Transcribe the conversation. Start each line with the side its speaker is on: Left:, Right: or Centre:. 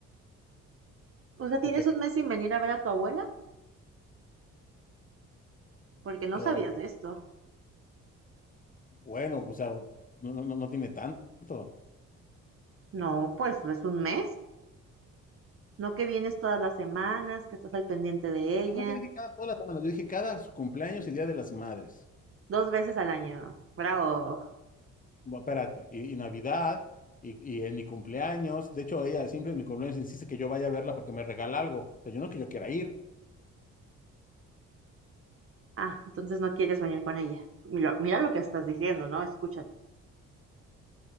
Right: O sea, ¿tienes
Left: ok.
Right: un mes sin venir a ver a tu abuela? Porque no
Left: Eh,
Right: sabías de esto.
Left: bueno, o sea, no, no, no no tiene tanto.
Right: No, pues es un mes. No que vienes todas las semanas, que estás al pendiente de ella,
Left: Yo nunca dije cada, todas las semanas, yo dije cada su cumpleaños y Día de las Madres.
Right: dos veces al año. Bravo.
Left: Bueno, espérate, y, y Navidad, y, y en mi cumpleaños. De hecho, ella siempre en mi cumpleaños insiste que yo vaya a verla porque me regala algo. O sea, yo no es que yo quiera ir.
Right: Ah, entonces no quieres venir con ella. Mira, mira lo que estás diciendo, ¿no? Escúchate.